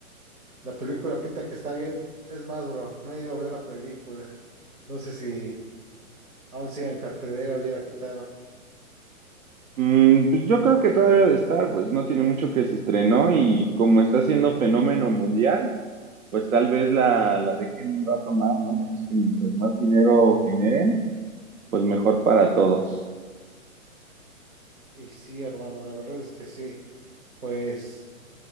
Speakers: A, on the right; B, on the right.
A: la película pinta que está bien. Es más, bro, no he ido a ver la película. No sé si aún sigue en cartelera o ya la quitaron.
B: Mm, pues yo creo que todavía de estar, pues no tiene mucho que se estrenó y como está siendo fenómeno mundial, pues tal vez la, la dejen un rato más, ¿no? Ya ves que mientras más dinero generen Pues mejor para todos.
A: Y sí, hermano, la verdad es que sí. Pues,